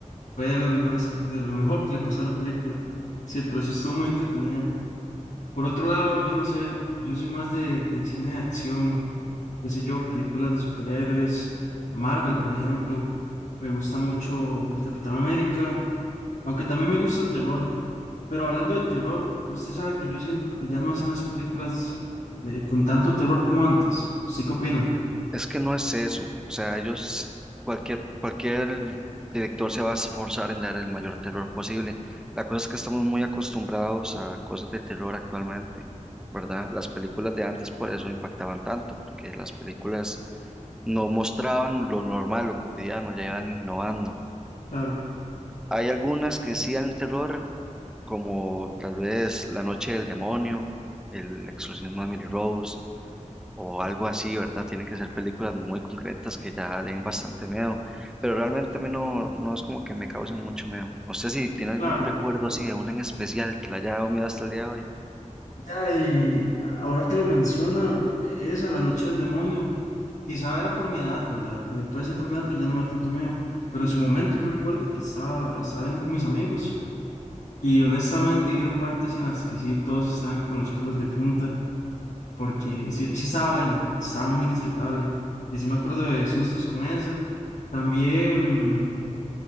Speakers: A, on the left (about 70°); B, in the centre.
A: fue de los mejores, de lo mejor que le pasó a la película. Sí, pero sí estuvo muy entretenida. Por otro lado, yo no sé, yo soy más de, del cine de acción. qué sé yo, películas de superhéroes, Marvel, por ejemplo. Me gusta mucho el Capitán América, aunque también me gusta el terror. Pero hablando de terror, usted sabe que yo siento que ya no hacen las películas eh, con tanto terror como antes. ¿Usted qué opina?
B: es que no es eso. O sea, ellos, cualquier, cualquier director se va a esforzar en dar el mayor terror posible. La cosa es que estamos muy acostumbrados a cosas de terror actualmente, ¿verdad? Las películas de antes por eso impactaban tanto, porque las películas no mostraban lo normal, lo cotidiano, ya iban innovando.
A: Claro,
B: Hay algunas que sí dan terror, como tal vez La Noche del Demonio, El Exorcismo de Emily Rose o algo así, ¿verdad? Tienen que ser películas muy concretas que ya den bastante miedo, pero realmente a mí no, no es como que me causen mucho miedo. ¿Usted si tiene algún
A: claro.
B: recuerdo así de una en especial que le haya dado miedo hasta el día de hoy?
A: Ya, y ahora que lo menciona, esa, La Noche del Demonio, quizá era por mi edad, ¿verdad? También puede ser por mi edad que ya no me da tanto miedo, pero en su momento yo recuerdo que estaba, la estaba viendo con mis amigos Y honestamente hubieron partes en las que sí, todos estaban con los pelos de punta, porque sí, sí estaba bueno, estaba muy disfrutable. Y sí me acuerdo de sustos con eso. También,